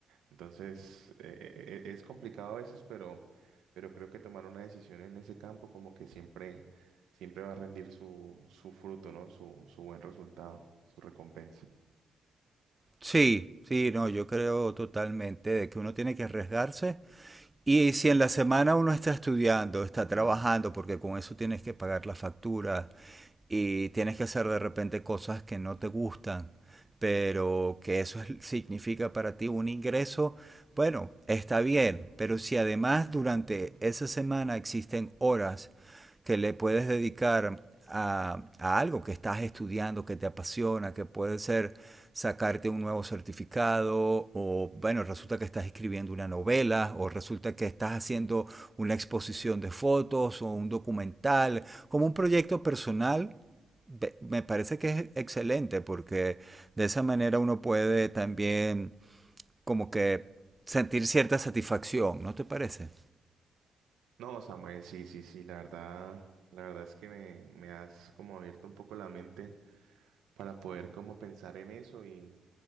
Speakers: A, on the right; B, on the right.
A: Entonces eh, eh, eh, es complicado a veces, pero, pero creo que tomar una decisión en ese campo como que siempre, siempre va a rendir su, su fruto, ¿no? Su, su buen resultado, su recompensa.
B: Sí, sí, no, yo creo totalmente de que uno tiene que arriesgarse Y si en la semana uno está estudiando, está trabajando, porque con eso tienes que pagar la factura, y tienes que hacer de repente cosas que no te gustan, pero que eso es- significa para ti un ingreso, bueno, está bien, pero si además durante esa semana existen horas que le puedes dedicar a, a algo que estás estudiando, que te apasiona, que puede ser sacarte un nuevo certificado o bueno, resulta que estás escribiendo una novela o resulta que estás haciendo una exposición de fotos o un documental, como un proyecto personal Be- me parece que es excelente porque de esa manera uno puede también como que sentir cierta satisfacción, ¿no te parece?
A: No, Samuel, sí, sí, sí, la verdad, la verdad es que me, me has como abierto un poco la mente para poder como pensar en eso y,